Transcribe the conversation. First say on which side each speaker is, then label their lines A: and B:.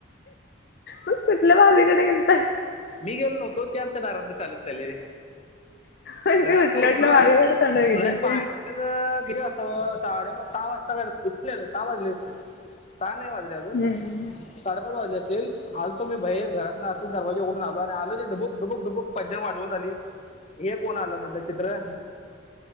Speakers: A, on the left; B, on the left.
A: मग सुटलं भावीीकडे गेलतस
B: मी गेलो नव्हतो तेआमच्या दरात चालत रे
A: ते
B: घरात
A: उठलं
B: ना उठलो
A: उठलं भाभीकडे तोंड बघितलंच.
B: लय पाठ गिरी वाजता साडेपाच सहा वाजता सहा वाजले अस सहा नाही वाजले
A: हम्म
B: साडेपाच वाजले असतील आलतो मी बाहेर घरातन असच दरवाजा उघडून ल आणि आलो ढबुक बक ढबक पंजा वाजवत आली हे कोण आलं म्हटलं चित्र